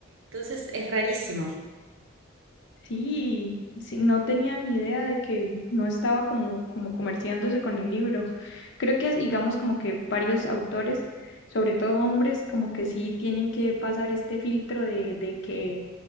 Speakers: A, on the right (about 70°); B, on the left (about 60°).
A: Entonces es rarísimo.
B: Sí, sí, no tenía ni idea de que no estaba como, como comerciándose con el libro. Creo que, digamos, como que varios autores, sobre todo hombres, como que sí tienen que pasar este filtro de, de que,